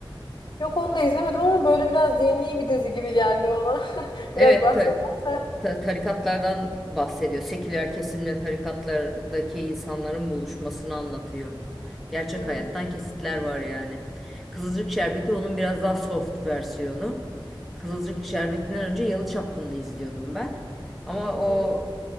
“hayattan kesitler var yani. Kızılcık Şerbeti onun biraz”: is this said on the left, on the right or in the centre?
Centre